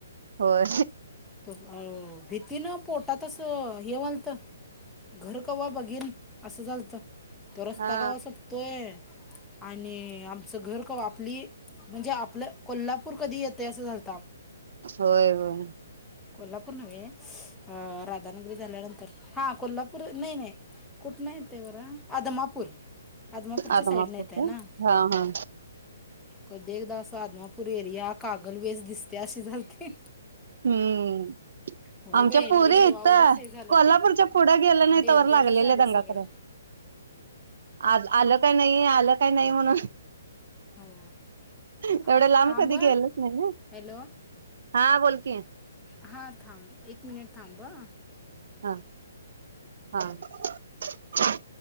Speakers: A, on the right; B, in the centre.
A: होय
B: त अ भीतीनं पोटात अस हे व्हालत. घर कवा बघेन असं झालतं. तो रस्ता
A: हा
B: का वा सब तोय आणि आमचं घर का वाप प्ले म्हणजे आपलं कोल्हाप पूर कधी येतय असं झालत.
A: होय होय.
B: कोल्हापूर नव्हे स्स अ राधानगरी झाल्यानंतर हा कोल्हापूर नाही नाही कुठ नाही ते बर आदमापूर आदमापूरच्या
A: आदमापूर
B: साईडनं येते ना
A: का हा हा.
B: कधी एकदा आदमापूर एरिया कागल वेस ते असं झालते.
A: हम्म
B: होय
A: आमच्या
B: बाई
A: पुरी
B: लय जीवावरच
A: इथ
B: हे झालं
A: कोल्हापूरच्या
B: ते
A: पुढ्या गेलं नाही
B: डेंजरच
A: तर व लागलेलं
B: झालं
A: दंगाकरय
B: सगळं
A: आज आलं काय नाही आलं काय नाही. म्हणून
B: हो.
A: एवढं
B: हां
A: लांब
B: थांब
A: कधी
B: हं.
A: गेलच नाही ना
B: हॅलो
A: हा बोलकी,
B: हां थांब एक मिनिट थांबा.
A: हा हा. ह.